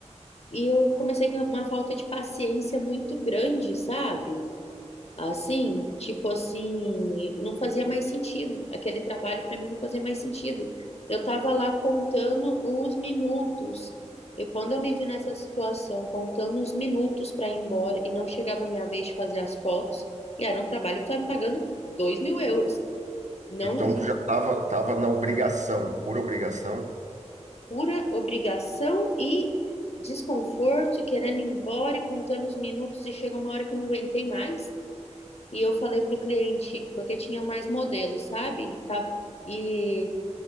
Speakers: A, on the left (about 60°); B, on the right (about 75°).
A: e eu comecei a ter uma falta de paciência muito grande, sabe? Assim, tipo assim, não fazia mais sentido. Aquele trabalho para mim não fazia mais sentido. Eu estava lá contando os minutos. E quando eu me vi nessa situação, contando os minutos para ir embora e não chegava a minha vez de fazer as fotos, e era um trabalho que estava me pagando 2 mil euros. Não
B: Então
A: de
B: tu já tava, tava na obrigação, por obrigação.
A: pura obrigação e desconforto, e querendo ir embora e contando os minutos, e chega uma hora que eu não aguentei mais. E eu falei para o cliente, porque tinha mais modelos, sabe? E, tava, e